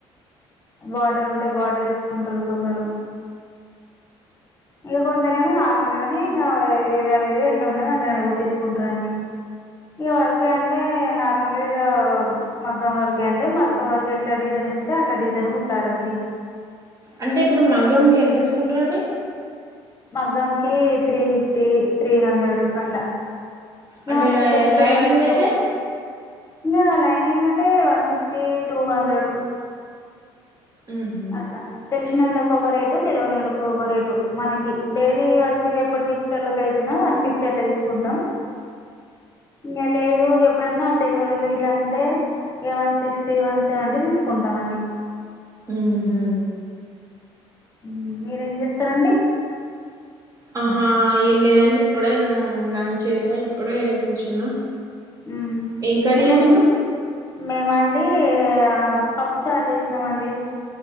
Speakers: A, on the left; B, on the right.
A: బార్డరుంటే బార్డర్ ఎస్కుంటరు కొందరు ఇగ కొందరేమో నార్ ర్మల్గనే ఇంగా ఏదావిదిగా ఎట్లున్నదో అట్లనే కుట్టించుకుంట్రండి ఇగ వర్క్ యంటే నార్మల్ గా ఇగా మగ్గం వర్క్యంటే మగ్గం వర్క్ యెట్ల డిజై డ్రేస్సె అట్లా డిజైన్ గుట్టాలండి
B: అంటే ఇప్పుడు మగ్గంకెంత తిస్కుంటరండి
A: మగ్గంకి త్రీ ఫిఫ్టీ త్రీ హండ్రెడ్ అట్ల ఇంగ
B: అంటే
A: మనకు తెలిసిల్లలకు
B: లైనింగ్ అయితే
A: ఇంగ లైనింగ్ అంటే వన్ ఫిఫ్టీ టూ హండ్రెడు
B: ఉహు
A: అట్లా తెలిసినోళ్ళకి ఒక రేటు తెలవనోళ్ళకి ఒక రేటు మనకి డైలీ వరకు ఎప్పుడు తీస్తోళ్ళకయితేనెమో వన్ ఫిఫ్టీ అట్లా తీసుకుంటాం ఇంగ లేదు ఎప్పుడన్నా తెలివనోళ్లు గిట్ల అంటే ఇగ వన్ సిక్స్టీ వన్ సెవెంటీ తీసుకుంటామండి
B: మ్ హు
A: మ్ మీరేం చేస్తారండి
B: ఆహా ఏం లేదండి ఇప్పుడే నేను లంచ్ చేసా ఇప్పుడే కూర్చున్నా
A: మ్
B: ఏం కర్రీ
A: అంటే
B: చేసినవ్
A: మేమా అండి ఆ పప్పు చారు చేసినామండి